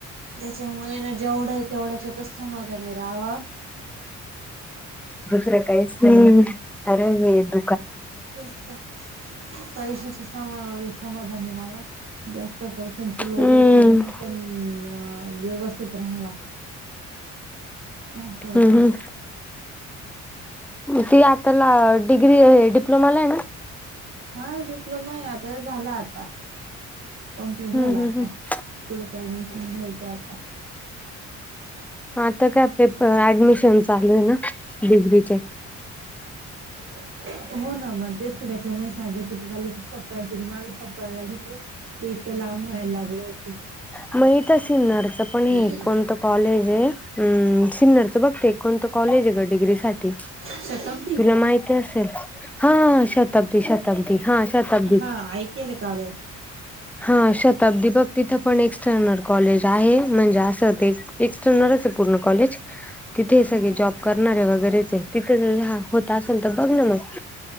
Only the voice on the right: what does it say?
त्याच्यामुळे ना जेवढं आहे तेवढ्याच्यातच समाधानी राहाव.
तेच तर, पैशाची समा समाधानी रहाव. जास्त पैशां लोभ
करु नये. पण व्यवस्थित राहावा. अस होत.
हा डिप्लोमा आहे. आता झाला आता कम्प्लीट झाला
आता.
पुढ काय नाही. घ्यायचं आता.
हो, ना मग तेच त्याच्यामुळे सगळे तिथ चाल होत तिथ जायचं. कळला घेतलं ते इतकं लांब व्हायला लागल होत.
केलं.
शताब्दी
हा ऐकले काल
ह
ह